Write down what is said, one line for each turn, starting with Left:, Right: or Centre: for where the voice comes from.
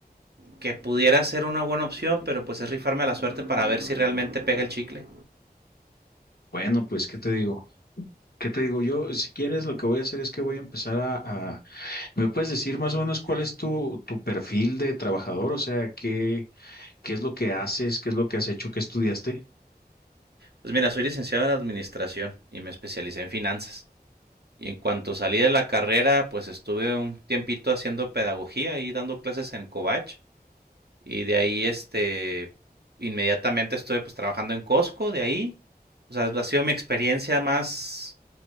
Right: que pudiera ser una buena opción, pero pues es rifarme a la suerte para ver si realmente pega el chicle.
Left: Bueno, pues, ¿qué te digo? ¿Qué te digo yo? Si quieres, lo que voy a hacer es que voy a empezar a, a- ¿Me puedes decir más o menos cuál es tu, tu perfil de trabajador? O sea, ¿qué, qué es lo que haces? ¿Qué es lo que has hecho? ¿Qué estudiaste?
Right: Pues mira, soy licenciado en administración y me especialicé en finanzas. Y en cuanto salí de la carrera, pues estuve un tiempito haciendo pedagogía y dando clases en Covach. Y de ahí, este, inmediatamente estuve pues trabajando en Costco, de ahí. O sea, ha sido mi experiencia más,